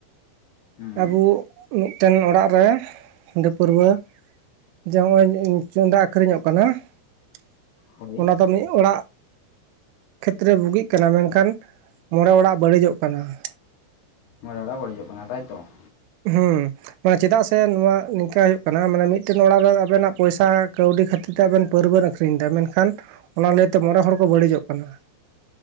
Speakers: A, on the left; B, on the right.
A: ᱦᱩᱸ
B: ᱟᱵᱚ ᱢᱤᱫᱴᱮᱱ ᱚᱲᱟᱜ ᱨᱮ ᱦᱟᱺᱰᱤ ᱯᱟᱹᱨᱣᱟᱹ ᱡᱮ ᱱᱚᱜ-ᱚᱭ ᱪᱚᱸᱫᱟ ᱟᱠᱷᱨᱤᱧᱚᱜ ᱠᱟᱱᱟ ᱾
A: ᱦᱳᱭ
B: ᱚᱱᱟ ᱫᱚ ᱢᱤᱫ ᱚᱲᱟᱜ ᱠᱷᱮᱛᱨᱮ ᱵᱩᱜᱤᱜ ᱠᱟᱱᱟ ᱾ ᱢᱮᱱᱠᱷᱟᱱ ᱢᱚᱬᱮ ᱚᱲᱟᱜ ᱵᱟᱹᱲᱤᱡᱚᱜ ᱠᱟᱱᱟ ᱾
A: ᱢᱚᱬᱮ ᱚᱲᱟᱜ ᱵᱟᱹᱲᱤᱡᱚᱜ ᱠᱟᱱᱟ ᱛᱟᱭᱛᱚ ᱾
B: ᱦᱮᱸ ᱢᱟᱱᱮ ᱪᱮᱫᱟᱜ ᱥᱮ ᱱᱚᱣᱟ ᱱᱤᱝᱠᱟ ᱪᱮᱫᱟᱜ ᱥᱮ ᱱᱚᱣᱟ ᱱᱤᱠᱟᱹᱦᱩᱭᱩᱜ ᱠᱟᱱᱟ ᱾ ᱢᱟᱱᱮ ᱢᱤᱫᱴᱮᱱ ᱚᱲᱟᱜ ᱨᱮ ᱟᱵᱮᱱᱟᱜ ᱯᱚᱭᱥᱟ ᱠᱟᱹᱣᱰᱤ ᱠᱷᱟᱹᱛᱤᱨ ᱛᱮ ᱟᱵᱮᱱ ᱯᱟᱹᱨᱣᱟᱹ ᱵᱚᱱ ᱟᱠᱷᱨᱤᱧ ᱫᱟ ᱾ ᱢᱮᱱᱠᱷᱟᱱ ᱚᱱᱟ ᱞᱟᱹᱭᱛᱮ ᱢᱚᱬᱮ ᱦᱚᱲ ᱠᱚ ᱵᱟᱹᱲᱤᱡᱚᱜ ᱠᱟᱱᱟ ᱾